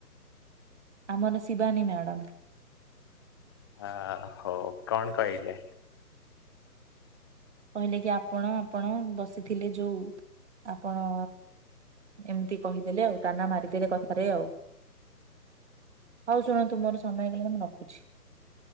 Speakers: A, on the right (about 45°); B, on the left (about 15°).
A: ଆମର ଶିବାନୀ ମ୍ୟାଡାମ?
B: ହ ହଉ କଣ କହିଲେ?
A: କହିଲେ କି ଆପଣ ଆପଣ ବସିଥିଲେ ଯୋଉ ଆପଣ ଏମିତି କହିଦେଲେ ଆଉ ତାନା ମାରିଦେଲେ କଥାରେ ଆଉ ହଉ ଶୁଣନ୍ତୁ ମୋର ସମୟ ହେଇଗଲା ମୁଁ ରଖୁଛି।